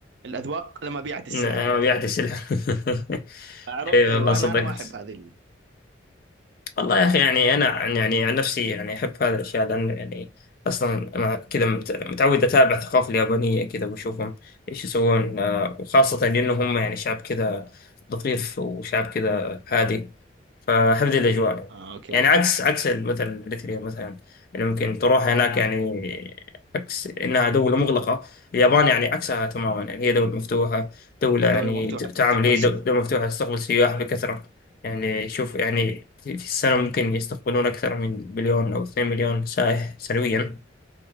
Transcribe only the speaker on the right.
الاذواق لما بيعت السلع
يعني
عرفت
ايوه
انا انا ما احب هذه ال...
ايوه
اه اوكي
دوله مفتوحه
تستقبل
سياح